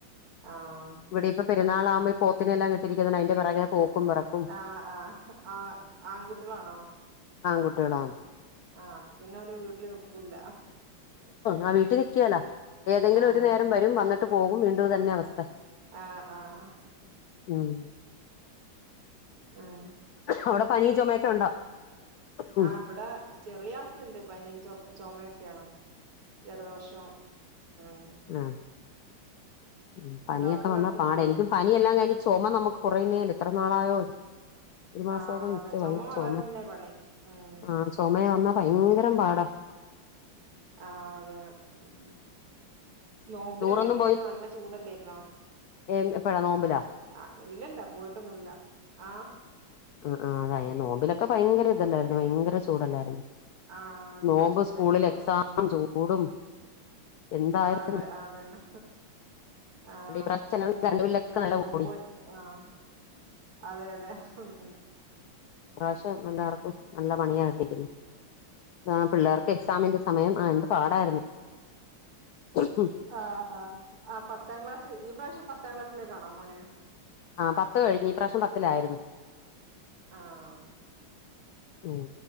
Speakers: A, on the right; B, on the left.
A: ആഹ്
B: ഇവടെയിപ്പ പെരുന്നാളാവുമ്പ ഈ പോത്തിനെയെല്ലാം കെട്ടിയിരിക്കുന്നോണ്ടയിന്റൊ പെറകേ പോക്കും പെറക്
A: ആഹ് ആഹ് ആഹ് ആൺകുട്ടികളാണോ?
B: ആൺ കുട്ട്യാള്.
A: ആഹ് അപ്പൊ പിന്നെ ഓല് വീട്ടില് നിക്കൂല.
B: ആ വീട്ടിൽ നിക്കേലാ ഏതെങ്കിലും ഒരു
A: അതെ
B: നേരം വരും വന്നിട്ട് പോകും വീണ്ടും ഇതന്നെ അവസ്ഥ
A: ആഹ് ആഹ്
B: ഉം
A: ഉം
B: അവിടെ പനി ചുമയൊക്കെ ഉണ്ടോ ഉം
A: ആഹ് ഇവിടെ ചെറിയ ആൾക്ണ്ട് പനി ച ചോമൊക്കെയാണ് ജലദോഷം ഉം
B: ആഹ് ഉം പനിയൊക്കെ
A: ഡോക്ടറെ
B: വന്നാ
A: കാണിച്ചിട്ടില്ലേ
B: പാട ഇനിക്കും പനിയെല്ലാം കഴിഞ് ചോമ നമക്ക് കുറയുന്നേല എത്ര നാളായോ ഒരു മാസമൊക്കെ
A: ആ
B: നിച്ച്
A: അതെ ചുമ
B: ഭയങ്കര
A: മാറാൻ
B: ചോമേ
A: തന്നെ പണി ഉം
B: ആഹ് ചോമ വന്നാ ഭയങ്കരം പാടാ
A: ആഹ് അതെ ഉം നോമ്പിനൊക്കെ
B: ടൂറൊന്നും
A: എങ്ങനെയായിന് നല്ല ചൂടല്ലായിരുന്നോ
B: ഏ എപ്പഴാ നോമ്പലോ
A: ആഹ് ഇല്ലല്ല പോയിട്ടൊന്നുല്ല ആഹ്
B: ആഹ് ആഹ് അതെ നോമ്പിലൊക്കെ ഭയങ്കര ഇതല്ലായിരുന്നോ ഭയങ്കര ചൂടല്ലായിരുന്നോ
A: ആ നല്ല
B: നോമ്പ്
A: ചൂടായിരുന്നല്ലോ
B: സ്കൂളില് എക്സാം
A: ഉം
B: ചൂടും എന്തായിരുന്നു
A: അതെ അതെന്നെ ആഹ്
B: ഇപ്രാവശ്യം
A: സ്കൂളും
B: രണ്ടുപല്ലൊക്കെ
A: കുട്ടികൾക്ക്
B: നല്ല
A: നോമ്പറ്റ്
B: കൂടി
A: ആഹ് അതെ അതെ ഉം
B: ഇപ്രാവശ്യം എല്ലാവർക്കും
A: ഉം
B: നല്ല പണിയ കിട്ടിക്ന്നെ ആ പിള്ളേർക്ക് എക്സാമിന്റെ സമയം ആഹ് എന്ത് പാടായിരുന്നു ഹും
A: ആഹ് ആഹ് അ പത്താം ക്ലാസ് ഈ പ്രവശ്യം പത്താം ക്ലാസ്സിലേക്കാണോ മോന്
B: ആ പത്ത് കഴിഞ് ഈ പ്രവശ്യം പത്തിലായിരുന്നു
A: ആഹ്
B: ഉം